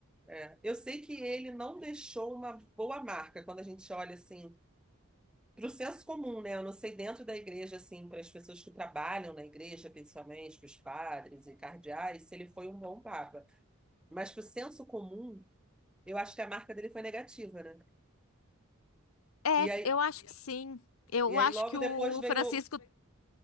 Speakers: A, in the centre; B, on the left (about 85°).
A: É. Eu sei que ele não deixou uma boa marca quando a gente olha assim para o senso comum, né? Eu não sei dentro da igreja assim para as pessoas que trabalham na igreja, principalmente para os padres e cardeais, se ele foi um bom papa. Mas para o senso comum, eu acho que a marca dele foi negativa, né?
B: É,
A: E aí,
B: eu acho que sim. Eu
A: e aí
B: acho
A: logo
B: que o
A: depois veio
B: Francisco,